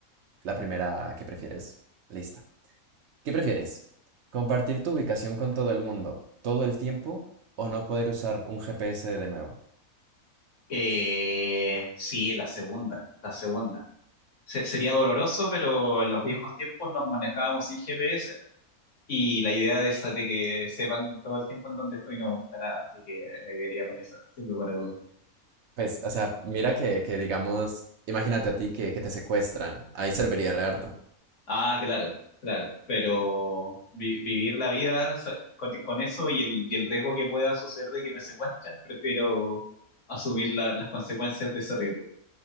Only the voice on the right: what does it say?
la primera ¿qué prefieres? Lista. ¿Qué prefieres? ¿Compartir tu ubicación con todo el mundo todo el tiempo o no poder usar un GPS de nuevo?
Pues, o sea, mira que, que digamos, imagínate a ti que, que te secuestran. Ahí serviría re harto.